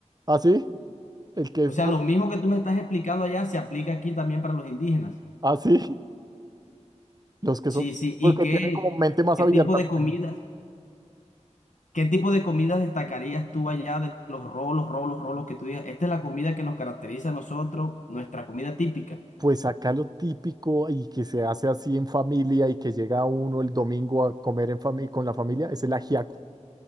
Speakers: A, on the right; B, on the left.
A: así, el que
B: O
A: es
B: sea,
A: bueno,
B: lo mismo que tú me estás explicando allá se aplica aquí también para los indígenas.
A: así, los que
B: Sí,
A: son,
B: sí.
A: porque
B: ¿Y qué,
A: tienen como mente más
B: qué
A: abierta,
B: tipo de
A: me
B: comidas,
A: imagino.
B: qué tipo de comidas destacarías tú allá de los rolos, rolos, rolos que tú digas? Esta es la comida que nos caracteriza a nosotros, nuestra comida típica.
A: Pues acá lo típico y que se hace así en familia y que llega uno el domingo a comer en fami- con la familia es el ajiaco.